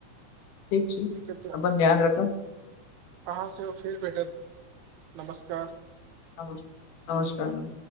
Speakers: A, on the left; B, on the right.
A: ठीक छैय
B: ह तऽ
A: अपन ध्यान रखब।
B: अहाँ सेहो फेर भेटत नमस्कार।
A: नमस् नमस्कार।